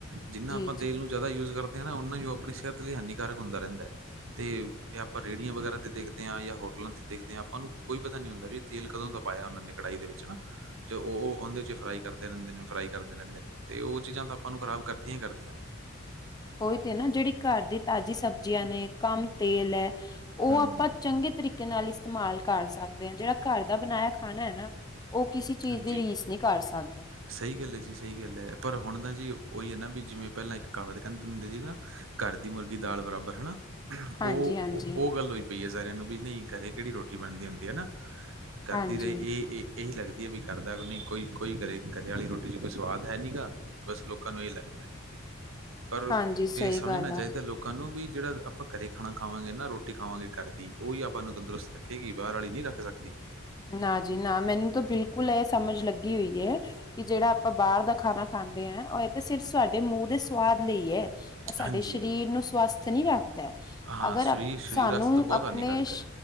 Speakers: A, on the right; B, on the left.
A: ਜਿੰਨਾ
B: ਜੀ
A: ਆਪਾਂ
B: ਜੀ
A: ਤੇਲ ਨੂੰ ਜਿਆਦਾ ਯਜ ਕਰ ਉਹਨਾਂ ਨੂੰ ਆਪਣੀ ਸਿਹਤ ਲਈ ਹਾਨੀਕਾਰਕ ਹੁੰਦਾ ਰਹਿੰਦਾ ਹੈ ਤੇ ਆਪਾਂ ਰੇਹੜੀਆਂ ਵਗੈਰਾ ਤੇ ਦੇਖਦੇ ਹਾਂ ਜਾਂ ਹੋਟਲਾਂ ਤੇ ਦੇਖਦੇ ਹਾਂ ਆਪਾਂ ਨੂੰ ਕੋਈ ਪਤਾ ਨੀ ਹੁੰਦਾ ਵੀ ਤੇਲ ਕਦੋਂ ਦਾ ਪਾਇਆ ਉਹਨਾਂ ਨੇ ਕੜਾਹੀ ਦੇ ਵਿੱਚ ਨਾ ਤੇ ਉਹ ਉਹਦੇ ਚ ਫਰਾਈ ਕਰਦੇ ਰਹਿੰਦੇ ਨੇ ਫਰਾਈ ਕਰਦੇ ਰਹਿੰਦੇ ਨੇ ਤੇ ਉਹ ਚੀਜ਼ਾਂ ਤਾਂ ਆਪਾਂ ਨੂੰ ਖਰਾਬ ਕਰਦੀਆਂ ਹੀ ਕਰਦੀਆਂ ਨੇ
B: ਉਹੀ ਤੇ ਨਾ ਜਿਹੜੀ ਘਰ ਦੀ ਤਾਜ਼ੀ ਸਬਜ਼ੀਆਂ ਨੇ ਕੰਮ ਤੇਲ ਹੈ ਉਹ
A: ਹੂੰ
B: ਆਪਾਂ ਚੰਗੇ ਤਰੀਕੇ ਨਾਲ ਇਸਤੇਮਾਲ ਕਰ ਸਕਦੇ ਹਾਂ ਜਿਹੜਾ ਘਰ ਦਾ ਬਣਾਇਆ ਖਾਣਾ ਹੈ ਨਾ ਉਹ ਕਿਸੇ ਚੀਜ਼
A: ਹਾਂਜੀ
B: ਦੀ ਰੀਸ ਨਹੀਂ ਕਰ ਸਕਦਾ
A: ਸਹੀ ਗੱਲ ਹੈ ਜੀ ਸਹੀ ਗੱਲ ਹੈ ਪਰ ਹੁਣ ਤਾਂ ਜੀ ਉਹੀ ਹੈ ਨਾ ਵੀ ਜਿਵੇਂ ਪਹਿਲਾਂ ਇੱਕ ਕਹਾਵਤ ਕਹਿੰਦੇ ਹੁੰਦੇ ਸੀ ਨਾ ਘਰ ਦੀ ਮੁਰਗੀ ਦਾਲ ਬਰਾਬਰ ਹੈ ਨਾ ਉਹ
B: ਹਾਂਜੀ ਹਾਂਜੀ
A: ਉਹ ਗੱਲ ਹੋ ਪਈ ਆ ਸਾਰਿਆਂ ਨੂੰ ਵੀ ਨਹੀਂ ਘਰੇ ਕਿਹੜੀ ਰੋਟੀ ਬਣਦੀ ਹੁੰਦੀ ਹੈ ਨਾ। ਕਰਦੀ
B: ਹਾਂਜੀ
A: ਰਹੀ ਇਹ ਇਹੀ ਲੱਗਦਾ ਵਧੀਆ ਵੀ ਕਰਦਾ ਕਿ ਨਹੀਂ ਕੋਈ ਕੋਈ ਘਰੇ ਘਰੇ ਵਾਲੀ ਰੋਟੀ ਚ ਕੋਈ ਸਵਾਦ ਹੈ ਨੀ ਗਾ ਬਸ ਲੋਕਾਂ ਨੂੰ ਇਹ ਲੱਗਦਾ। ਪਰ
B: ਹਾਂਜੀ ਸਹੀ
A: ਇਹ ਸਮਝਣਾ
B: ਗੱਲ
A: ਚਾਹੀਦਾ
B: ਆ।
A: ਲੋਕ ਲੋਕਾਂ ਨੂੰ ਵੀ ਜਿਹੜਾ ਆਪਾਂ ਘਰੇ ਖਾਣਾ ਖਾਵਾਂਗੇ ਨਾ ਰੋਟੀ ਖਾਵਾਂਗੇ ਘਰ ਦੀ ਉਹੀ ਆਪਾਂ ਨੂੰ ਤੰਦਰੁਤ ਰੱਖੇਗੀ ਬਾਹਰ ਵਾਲੀ ਨੀ ਰੱਖ- ਰ ਸਕਦੀ
B: ਨਾ ਜੀ ਨਾ, ਮੈਨੂੰ ਤਾਂ ਬਿਲਕੁਲ ਇਹ ਸਮਝ ਲੱਗੀ ਹੋਈ ਐ। ਕਿ ਜਿਹੜਾ ਆਪਾਂ ਬਾਹਰ ਦਾ ਖਾਣਾ ਖਾਂਦੇ ਹਾਂ ਉਹ ਇਹ ਤੇ ਸਿਰਫ ਸਾਡੇ ਮੂੰਹ ਦੇ ਸਵਾਦ ਲਈ ਹੈ। ਸਾਡੇ
A: ਹਾਂਜੀ,
B: ਸਰੀਰ ਨੂੰ ਸਵਸਥ ਨਹੀਂ ਰੱਖਦਾ
A: ਹਾਂ
B: ਅਗਰ
A: ਸਰੀਰ
B: ਅ
A: ਸਰੀਰ
B: ਸਾਨੂੰ
A: ਵਾਸਤੇ ਤਾਂ ਬਹੁਤ
B: ਆਪਣੇ
A: ਹਾਨੀਕਾਰਕ ਹੈ।